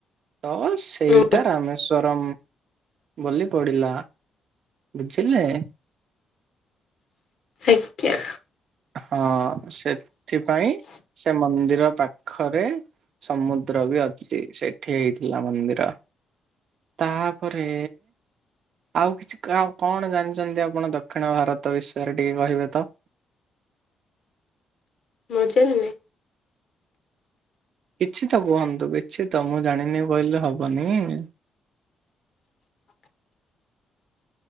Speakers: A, on the right; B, on the left.
A: ତ ସେଇଟା
B: ହୁଁ,
A: ରାମେଶ୍ଵରମ୍ ବୋଲି ପଡିଲା। ବୁଝିଲ?
B: ଆଜ୍ଞା।
A: ହଁ ସେଥିପାଇଁ ସେ ମନ୍ଦିର ପାଖରେ ସମୁଦ୍ର ବି ଅଛି। ସେଠି ହେଇଥିଲା ମନ୍ଦିର। ତା ପରେ ଆଉ କିଛି କା-କଣ ଜାଣିଚନ୍ତି ଆପଣ ଦକ୍ଷିଣ ଭାରତ ବିଷୟରେ ଟିକେ କହିବେ ତ?
B: ମୁଁ ଚାଲଲି।
A: କିଛି ତ କୁହନ୍ତୁ କିଛି ତ ମୁଁ ଜାଣିନି କହିଲେ ହବନି?
B: <unintelligible>